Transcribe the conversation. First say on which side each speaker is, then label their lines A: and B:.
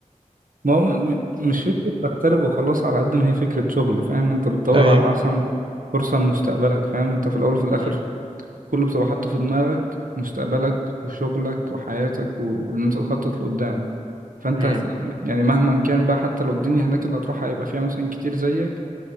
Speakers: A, on the right (about 85°); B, on the right (about 40°).
A: <laughs> ما هو م- م- مش فكرة تغترب وخلاص على قد ما هي فكرة شغل فاهم انت
B: <laughs>
A: بتدور
B: ايوه
A: على أحسن فرصة لمستقبلك فاهم انت في الأول وفي الآخر
B: مم.
A: كله بتبقى حاطه في دماغك مستقبلك وشغلك وحياتك واللي انت تخطط لقدام فانت
B: مم.
A: هت- يعني مهما كان بقى حتى لو الدنيا هناك اللي هتروحها هيبقى فيها مثلا كتير زيك